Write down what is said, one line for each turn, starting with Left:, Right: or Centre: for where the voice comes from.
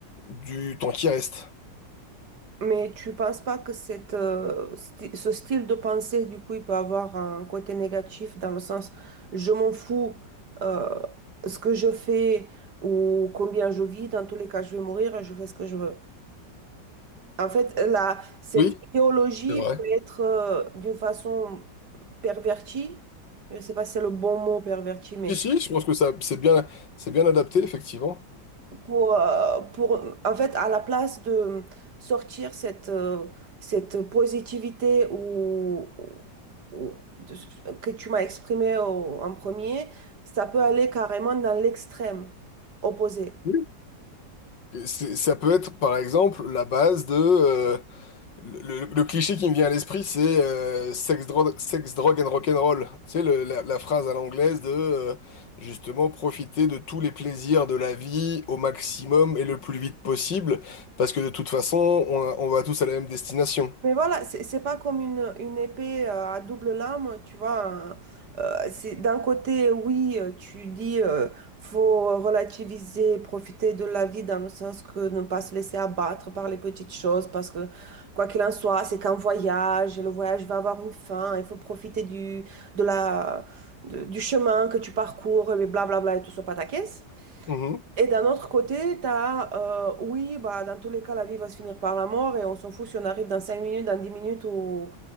Left: du temps qui reste.
Right: Mais tu penses pas que cette, euh, sti- ce style de pensée, du coup, il peut avoir un côté négatif dans le sens je m'en fous euh, ce que je fais ou combien je vis, dans tous les cas, je vais mourir et je fais ce que je veux. En fait, la, cette
Left: Oui,
Right: idéologie
Left: c'est vrai.
Right: peut être euh, d'une façon pervertie, je ne sais pas si c'est le bon mot perverti, mais
Left: Si, si, je pense que ça, c'est bien, c'est bien adapté, effectivement.
Right: pour, euh, pour en fait, à la place de sortir cette, euh, cette positivité ou, ou- de- que tu m'as exprimée au- en premier, ça peut aller carrément dans l'extrême opposé.
Left: Oui. Et c'est- Ça peut être, par exemple, la base de... euh, Le, le- le cliché qui me vient à l'esprit, c'est euh, sex, drogue, sex, drogue and rock'n'roll. Tu sais, le- la, la phrase à l'anglaise de euh, justement profiter de tous les plaisirs de la vie au maximum et le plus vite possible, parce que de toute façon, on, on va tous à la même destination.
Right: Mais voilà, c'est c'est pas comme une, une épée euh, à double lame, tu vois. hein. Euh, c'est d'un côté, oui, euh, tu dis euh, faut relativiser, profiter de la vie dans le sens que ne pas se laisser abattre par les petites choses, parce que quoi qu'il en soit, c'est qu'un voyage, et le voyage va avoir une fin, il faut profiter du, de la, de- du chemin que tu parcours, et blablabla, et tout ça, pataquès.
Left: Mhm.
Right: Et d'un autre côté, tu as, oui, bah, dans tous les cas, la vie va se finir par la mort et on s'en fout si on arrive dans 5 minutes, dans 10 minutes ou,